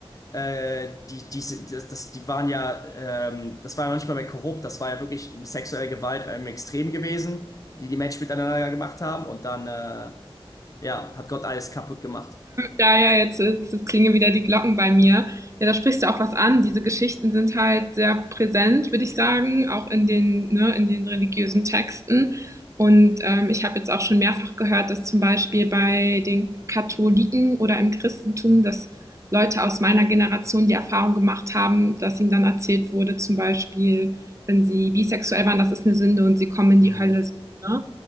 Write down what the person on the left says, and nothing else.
äh, die, diese, das, das, die waren ja, ähm, das war ja noch nicht mal mehr korrupt, das war ja wirklich sexuelle Gewalt im Extrem gewesen, die die Menschen miteinander gemacht haben und dann, äh, ja, hat Gott alles kaputt gemacht.
Mhm.